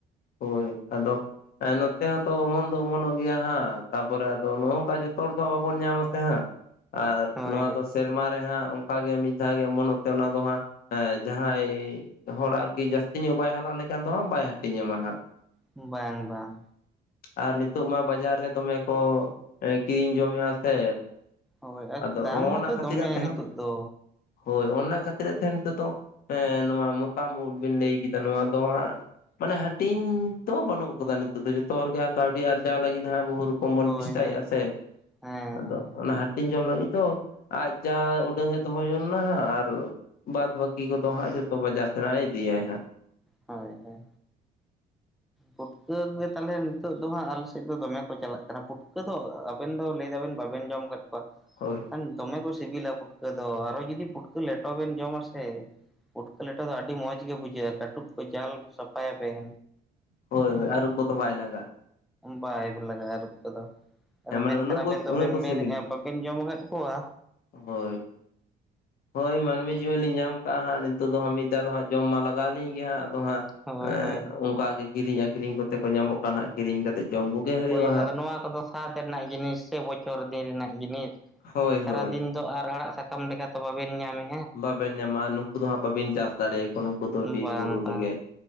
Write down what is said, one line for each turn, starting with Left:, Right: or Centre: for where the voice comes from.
Left: ᱦᱳᱭ ᱟᱫᱚ ᱦᱮᱸ ᱱᱚᱛᱮ ᱦᱚᱸᱛᱚ ᱚᱢᱚᱱ ᱫᱚ ᱚᱢᱚᱱᱚᱜ ᱜᱮᱭᱟ ᱦᱟᱸᱜ ᱛᱟᱯᱚᱨᱮ ᱟᱫᱚ ᱱᱚᱜ ᱱᱚᱝᱠᱟ ᱡᱚᱛ ᱦᱚᱲ ᱫᱚ ᱵᱟᱵᱚᱱ ᱧᱟᱢ ᱟ ᱥᱮ ᱦᱟᱸᱜ ᱟᱨ
Centre: ᱦᱳᱭ
Left: ᱱᱚᱣᱟ
Centre: ᱦᱳᱭ
Left: ᱫᱚ ᱥᱮᱨᱢᱟ ᱨᱮ ᱦᱟᱸᱜ ᱚᱱᱠᱟᱜᱮ ᱢᱤᱫ ᱫᱷᱟᱣ ᱜᱮ ᱮᱢᱚᱱ ᱚᱢᱚᱱ ᱛᱮ ᱚᱱᱟ ᱫᱚ ᱦᱟᱸᱜ ᱦᱮᱸ ᱡᱟᱦᱟᱸᱭ ᱦᱚᱲ ᱟᱨᱠᱤ ᱡᱟᱹᱥᱛᱤ ᱧᱚᱜ ᱵᱟᱭ ᱦᱟᱞᱟᱝ ᱞᱮᱠᱷᱟᱱ ᱫᱚ ᱦᱟᱸᱜ ᱵᱟᱭ ᱦᱟᱹᱴᱤᱧᱟᱢᱟ ᱦᱟᱸᱜ
Centre: ᱵᱟᱝ ᱵᱟᱝ
Left: ᱟᱨ ᱱᱤᱛᱚᱜ ᱢᱟ ᱵᱟᱡᱟᱨ ᱨᱮ ᱫᱚᱢᱮ ᱠᱚ ᱠᱤᱨᱤᱧ ᱡᱚᱢᱮᱜᱼᱟ ᱥᱮ
Centre: ᱦᱳᱭ ᱟᱨ
Left: ᱟᱫᱚ
Centre: ᱫᱟᱢ
Left: ᱦᱚᱸᱜᱼᱚᱱᱟ
Centre: ᱦᱚᱸᱛᱚ
Left: ᱠᱷᱟᱹᱛᱤᱨᱟᱜ
Centre: ᱫᱚᱢᱮᱭᱟ
Left: ᱛᱮᱦᱚᱸ
Centre: ᱱᱤᱛᱳᱜ ᱫᱚ
Left: ᱦᱳᱭ ᱚᱱᱟ ᱠᱷᱟᱹᱛᱤᱨ ᱛᱮ ᱱᱤᱛᱚᱜ ᱫᱚ ᱮ ᱱᱚᱣᱟ ᱢᱚᱛᱟᱢ ᱩᱫ ᱵᱤᱱ ᱞᱟᱹᱭ ᱠᱮᱫᱟ ᱱᱚᱣᱟ ᱫᱚ ᱦᱟᱸᱜ ᱢᱟᱱᱮ ᱦᱟᱹᱴᱤᱧ ᱫᱚ ᱵᱟᱹᱱᱩᱜ ᱠᱟᱫᱟ ᱱᱤᱛᱚᱜ ᱫᱚ ᱡᱚᱛᱚ ᱦᱚᱲᱜᱮ ᱦᱟᱸᱜ ᱠᱟᱹᱣᱰᱤ ᱟᱨᱡᱟᱣ ᱞᱟᱹᱜᱤᱫ ᱦᱟᱸᱜ ᱵᱩᱦᱩ ᱠᱚ ᱵᱚᱱ
Centre: ᱦᱳᱭ
Left: ᱪᱮᱥᱴᱟᱭᱮᱫ-ᱟ
Centre: ᱦᱳᱭ
Left: ᱥᱮ
Centre: ᱦᱮᱸ ᱦᱮᱸ
Left: ᱟᱫᱚ ᱚᱱᱟ ᱡᱚᱢ ᱞᱟᱹᱜᱤᱫ ᱫᱚ ᱟᱡ ᱡᱟ ᱩᱰᱟᱹᱝ ᱮ ᱫᱚᱦᱚ ᱡᱚᱝ ᱱᱟ ᱦᱟᱸᱜ ᱟᱨ ᱵᱟᱫ ᱵᱟᱠᱤ ᱠᱚ ᱦᱟᱸ ᱡᱚᱛᱚ ᱵᱟᱡᱟᱨ ᱥᱱᱟᱭ ᱤᱫᱤ-ᱟ ᱦᱟᱸ
Centre: ᱦᱳᱭ ᱦᱳᱭ ᱯᱷᱩᱴᱠᱟᱹ ᱜᱮ ᱛᱟᱦᱚᱞᱮ ᱱᱤᱛᱚᱜ ᱫᱚ ᱦᱟᱸᱜ ᱟᱞᱮ ᱥᱮᱫ ᱫᱚᱢᱮ ᱠᱚ ᱪᱟᱞᱟᱜ ᱠᱟᱱᱟ ᱯᱷᱩᱴᱠᱟᱹ ᱫᱚ ᱟᱵᱮᱱ ᱫᱚ ᱞᱟᱹᱭ ᱫᱟᱵᱮᱱ ᱵᱟᱵᱮᱱ ᱡᱚᱢ ᱟᱠᱟᱫ ᱠᱚᱣᱟ
Left: ᱦᱳᱭ
Centre: ᱵᱟᱠᱷᱟᱱ ᱫᱚᱢᱮ ᱠᱚ ᱥᱤᱵᱤᱞᱟ ᱯᱷᱩᱴᱠᱟᱹ ᱫᱚ ᱟᱨᱦᱚ ᱡᱩᱫᱤ ᱯᱷᱩᱴᱠᱟᱹ ᱞᱮᱴᱚ ᱵᱮᱱ ᱡᱚᱢ ᱟ ᱥᱮ ᱩᱩᱴᱠᱟᱹ ᱞᱮᱴᱟ ᱫᱚ ᱟᱹᱰᱤ ᱢᱚᱸᱡᱽ ᱜᱮ ᱵᱩᱡᱷᱟᱹᱜ-ᱟ ᱠᱟᱹᱴᱩᱵ ᱠᱚ ᱡᱟᱞ ᱥᱟᱯᱷᱟᱭᱟ ᱵᱤᱱ
Left: ᱦᱳᱭ ᱦᱳᱭ ᱟᱨᱩᱵ ᱠᱚᱫᱚ ᱵᱟᱭ ᱞᱟᱜ- ᱟ
Centre: ᱵᱟᱭᱜ ᱞᱟᱜ-ᱟ ᱟᱨᱩᱵ ᱠᱚ ᱫᱚ ᱟᱫᱚ
Left: ᱦᱮᱸ ᱢᱟᱱᱮ
Centre: ᱢᱮᱱᱠᱷᱟᱱ
Left: ᱩᱱᱟᱹᱜ
Centre: ᱟᱵᱮᱱ
Left: ᱠᱚ
Centre: ᱫᱚᱵᱮᱱ
Left: ᱩᱱᱟᱹᱜ ᱠᱚ
Centre: ᱢᱮᱱᱮᱫ-ᱟ
Left: ᱥᱤᱵᱤᱞᱟ
Centre: ᱵᱟᱵᱮᱱ ᱡᱚᱢ ᱟᱠᱟᱫ ᱠᱚᱣᱟ
Left: ᱦᱳᱭ ᱦᱳᱭ ᱢᱟᱹᱱᱢᱤ ᱡᱤᱣᱚᱱᱞᱤᱤ ᱧᱟᱢ ᱠᱟᱜ-ᱟ ᱦᱟᱸᱜ ᱱᱤᱛᱳᱜ ᱫᱚᱦᱜ ᱢᱤᱫ ᱫᱣ ᱫᱚ ᱦᱟᱸᱜ ᱡᱚᱢ ᱢᱟ ᱞᱟᱜᱟᱣᱣᱟᱞᱤᱧ ᱜᱮ ᱦᱟᱸᱜ ᱫᱚ ᱦᱟᱸᱜ
Centre: ᱦᱳᱭ
Left: ᱮ
Centre: ᱦᱳᱭ
Left: ᱚᱱᱠ ᱜᱮ ᱠᱤᱨᱤᱧ ᱟᱠᱷᱨᱤᱧ ᱠᱚ ᱠᱟᱛᱮ ᱠᱚ ᱧᱟᱢᱚᱜ ᱠᱟᱱᱟ ᱦᱜ ᱠᱤᱨᱤᱧ ᱠᱟᱛᱮᱜ ᱡᱚᱢ ᱦᱩᱭᱩᱜᱼᱟ
Centre: ᱦ
Left: ᱦᱟᱸᱜ
Centre: ᱟ ᱱᱚᱣᱟ ᱠᱚᱫᱚ ᱥᱟᱛ ᱨᱮᱱᱟᱜ ᱡᱤᱱᱤᱥ ᱥᱮ ᱵᱚᱪᱷᱚᱨ ᱫᱤᱱ ᱨᱮᱱᱟᱜ ᱡᱤᱱᱤᱥ
Left: ᱦᱳᱭ
Centre: ᱥᱟᱨᱟᱫᱤᱱ
Left: ᱦᱳᱭ
Centre: ᱫᱚ ᱟᱨ ᱟᱲᱟᱜ ᱥᱟᱠᱟᱢ ᱞᱮᱠᱟ ᱛᱚ ᱵᱟᱵᱮᱱ ᱧᱟᱢᱮ
Left: ᱵᱟᱵᱮᱱ ᱧᱟᱢᱟ ᱱᱩᱠᱩ ᱫᱚ ᱦᱟᱸᱜ ᱵᱟᱵᱤᱱ ᱪᱟᱥ ᱫᱟᱲᱮᱭᱟᱠᱚ ᱱᱩᱠᱩ ᱫᱚ ᱵᱤᱨ
Centre: ᱵᱟᱝ
Left: ᱵᱩᱨᱩ
Centre: ᱵᱟᱝ
Left: ᱨᱮᱜᱮ